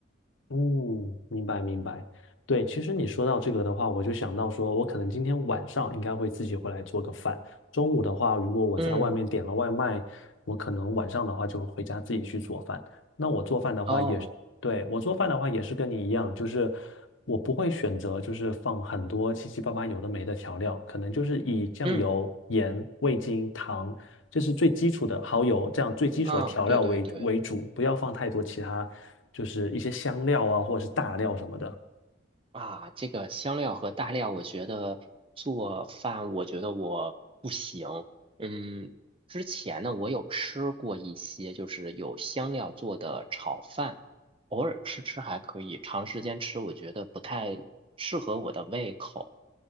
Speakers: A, on the left; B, on the right.
A: 嗯，明白明白。对，其实你说到这个的话，我就想到说，我可能今天晚上应该会自己回来做个饭。中午的话，如果我在外面点了外卖，
B: 嗯，
A: 我可能晚上的话就会回家自己去做饭。那我做饭的话也是，
B: 哦，
A: 对，我做饭的话也是跟你一样，就是我不会选择就是放很多七七八八有的没的调料，可能就是以酱油、
B: 嗯，
A: 盐、味精、糖，这是最基础的蚝油，这样最基础的调料为为主，
B: 啊，对对对。
A: 不要放太多其他。就是一些香料啊，或者是大料什么的。
B: 啊，这个香料和大料，我觉得做饭，我觉得我不行。嗯，之前呢，我有吃过一些，就是有香料做的炒饭，偶尔吃吃还可以，长时间吃我觉得不太适合我的胃口。